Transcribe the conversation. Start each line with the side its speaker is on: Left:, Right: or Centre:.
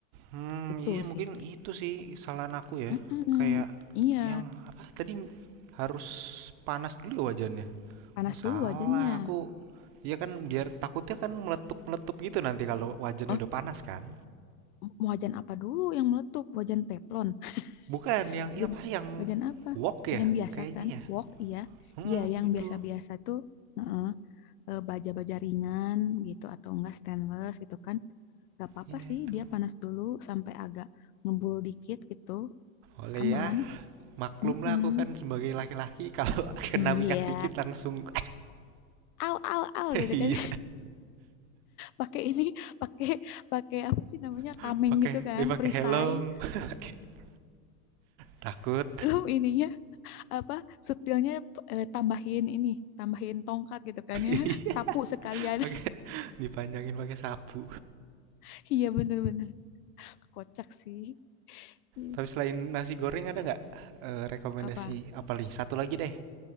Right: Hmm,
Left: itu
Right: iya mungkin
Left: sih.
Right: itu sih kesalahan aku ya.
Left: Mm-mm.
Right: Kayak
Left: Iya,
Right: yang apa tadi harus panas dulu ya wajannya.
Left: panas
Right: Oh,
Left: dulu
Right: salah.
Left: wajannya.
Right: Aku iya kan biar takutnya kan meletup-meletup gitu nanti kalau wajannya
Left: Oh,
Right: udah panas kan.
Left: mau wajan apa dulu yang meletup? Wajan teflon.
Right: Bukan
Left: <laughs>
Right: yang
Left: Wajan,
Right: iya apa yang
Left: wajan apa?
Right: wok ya
Left: Wajan biasa
Right: kayaknya
Left: kan?
Right: ya.
Left: Wok, iya.
Right: Hmm,
Left: Iya, yang
Right: itu.
Left: biasa-biasa tuh heeh, eh, baja-baja ringan gitu atau enggak stainless gitu kan. Gak apa-apa
Right: Iya
Left: sih,
Right: itu.
Left: dia panas dulu sampai agak ngebul dikit gitu.
Right: Oleh
Left: Aman.
Right: ya, maklumlah
Left: Mm-mm.
Right: aku kan sebagai laki-laki <laughs> kalau kena
Left: Iya.
Right: minyak dikit langsung
Left: Au, au, au gitu
Right: iya
Left: kan. pakai ini <laughs> pakai pakai apa sih namanya
Right: <laughs>
Left: tameng
Right: pakai
Left: gitu kan
Right: dipakai
Left: perisai
Right: helm <laughs> takut
Left: belum ininya apa setilnya eh, tambahin ini tambahin tongkat gitu kan ya
Right: iya
Left: <laughs> sapu
Right: <laughs>
Left: sekalian
Right: pakai dipanjangin pakai sapu
Left: <laughs> iya bener-bener kocak sih Ih,
Right: tapi selain nasi goreng ada nggak eh, rekomendasi
Left: apa
Right: apa nih satu lagi deh